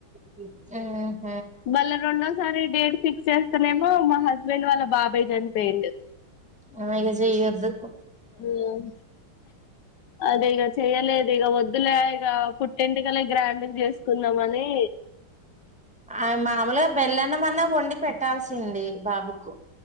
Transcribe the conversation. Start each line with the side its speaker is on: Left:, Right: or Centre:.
Centre: ఉహ్
Left: మళ్ళ రెండోసారి డేట్ ఫిక్స్ చేస్తనేమో మా హస్బెండ్ వాళ్ళ బాబాయ్ జన్ పెయిండు
Centre: ఆ ఇగ జేయొద్దు
Left: ఉమ్ అదే ఇగ చెయ్యలేదు వ ప్పాలే ఇక పుట్టింటికలే గ్రాండ్ంగ్ చేసుకున్నామని
Centre: ఆ మామూలుగా బెల్లన్నమన్నా వండి పెట్టాల్సింది బాబుకు